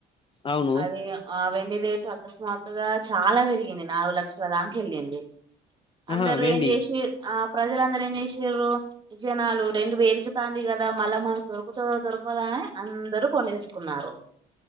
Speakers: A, on the left; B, on the right.
A: అవును
B: అవీ ఆ వెండి రేటు అకస్మాత్తు గా చాలా పెరిగింది నాలుగు లక్షల దాంక ఎళ్ళింది అందరు
A: ఆహా వెండి
B: ఏం చేసి ఆ ప్రజలందరూ ఏం చేసిర్రు జనాలు రెంటు పెరుకుతాంది కదా మళ్ళా మనకు దొరుకుతదొ దొరకదొ అని అందరు కొనేస్కునారు